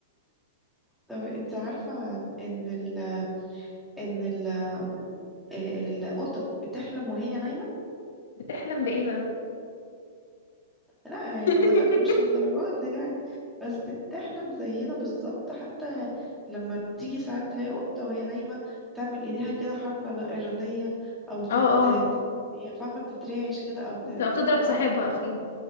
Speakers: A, in the centre; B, on the left.
A: طب انت عارفة ان ال ان ال ال- القطط بتحلم وهي نايمة
B: بتحلم بايه بقى
A: لا يعني
B: <laughs>
A: ما دخل مش للدرجات دي يعني بس بتحلم زينا بالظبط حتى لما بتيجي ساعات تلاقي قطة وهي نايمة تعمل ايديها كده حركة لا إرادية او تت
B: اه اه
A: تت- يعني فاهمة تترعش كده او ت...
B: بتبقى بتضرب صاحبها
A: فاهمة تت-
B: اكيد